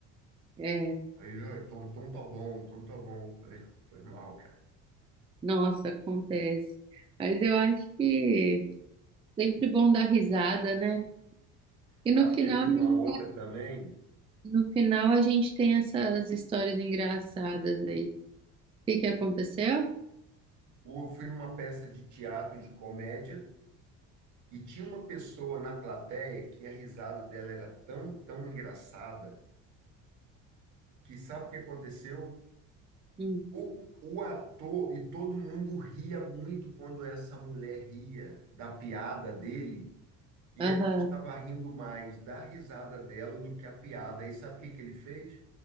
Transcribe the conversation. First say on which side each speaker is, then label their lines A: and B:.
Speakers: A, on the right; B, on the right.
A: é,
B: Aí ele, "Ah, então, então tá bom, então tá bom. Eu Falei, <laughs> foi mal, cara.
A: nossa, acontece. Mas eu acho que sempre bom dar risada, né? E
B: Ah,
A: no final
B: teve
A: a gente,
B: uma outra também.
A: no final a gente tem essas histórias engraçadas aí. O que que aconteceu?
B: Eu fui numa peça de teatro de comédia e tinha uma pessoa na plateia que a risada dela era tão, tão engraçada que sabe o que aconteceu?
A: Hum,
B: O, o ator e todo mundo ria muito quando essa mulher ria da piada dele, e
A: Aham,
B: a gente estava rindo mais da risada dela do que a piada. E sabe o que que ele fez?